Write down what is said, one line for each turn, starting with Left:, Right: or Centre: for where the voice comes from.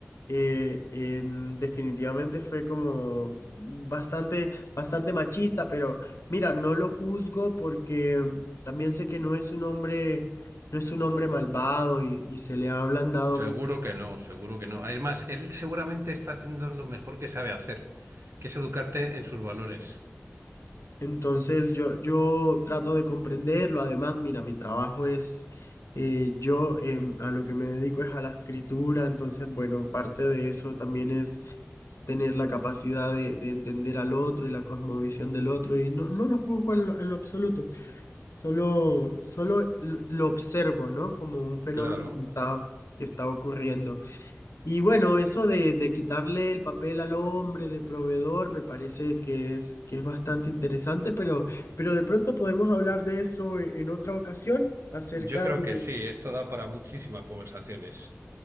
Left: eh, en- definitivamente fue como bastante, bastante machista, pero mira, no lo juzgo porque también sé que no es un hombre, no es un hombre malvado y, y se le ha ablandado
Right: seguro que no, seguro que no. Además, él seguramente está haciendo lo mejor que sabe hacer, que es educarte en sus valores.
Left: Entonces yo, yo trato de comprenderlo. Además, mira, mi trabajo es, eh, yo em, a lo que me dedico es a la escritura. Entonces, bueno, parte de eso también es tener la capacidad de, de entender al otro y la cosmovisión del otro. Y no, no lo juzgo en lo, en lo absoluto. Solo, solo l- lo observo, ¿no? Como un fenómeno
Right: Claro,
Left: que está, que está ocurriendo. Y bueno, eso de, de quitarle el papel al hombre de proveedor me parece que es, que es bastante interesante, pero, pero de pronto podemos hablar de eso e- en otra ocasión, acerca
Right: yo creo
Left: de,
Right: que sí, esto da para muchísimas conversaciones.